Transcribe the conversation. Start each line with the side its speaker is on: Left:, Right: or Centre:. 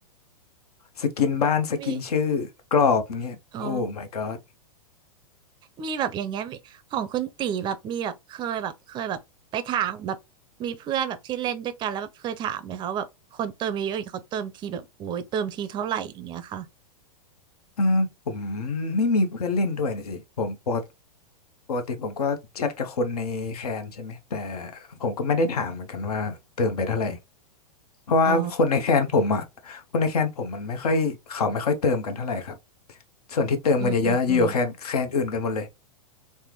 Left: สกินบ้านสกินชื่อกรอบเงี้ยโอ้
Right: มีอ๋อ
Left: my god
Right: มีแบบอย่างเงี้ยมีของคุณตีแบบมีแบบเคยแบบเคยแบบไปถามแบบมีเพื่อนแบบที่เล่นด้วยกันแล้วแบบเคยถามไหมคะว่าแบบคนเติมเยอะๆอย่างเขาเติมทีแบบโอ้ยเติมทีเท่าไหร่อย่างเงี้ยค่ะ
Left: เออผมไม่มีเพื่อนเล่นด้วยนะสิผมปกติปกติผมก็แชทกับคนในแคนใช่ไหมแต่ผมก็ไม่ได้ถามเหมือนกันว่าเติมไปเท่าไหร่เพราะว่าคนในแคนผมอ่ะคนในแคนผมมันไม่ค่อยเขาไม่ค่อยเติมกันเท่าไหร่ครับ
Right: อ๋อ
Left: ส่วนที่เติมกันเยอะๆอยู่แคนแคนอื่นกันหมดเลย
Right: อืมอืมอืม